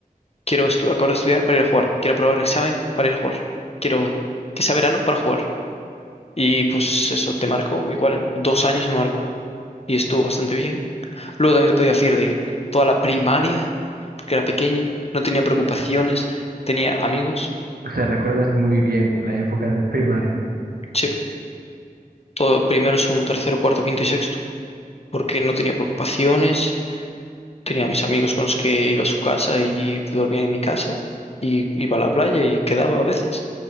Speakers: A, on the left (about 45°); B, on the right (about 85°).
A: quiero estu- acabar de estudiar para ir a jugar, quiero aprobar el examen para ir a jugar, quiero que sea verano para jugar. Y pues eso te marcó, igual dos años me marcó y estuvo bastante bien. Luego también te podía decir de toda la primaria, porque era pequeño, no tenía preocupaciones, tenía amigos,
B: O sea, recuerdas muy bien la época de primaria, ¿no?
A: sí, todo primero, segundo, tercero, cuarto, quinto y sexto, porque no tenía preocupaciones, tenía a mis amigos con los que iba a su casa y dormía en mi casa y iba a la playa y quedaba a veces.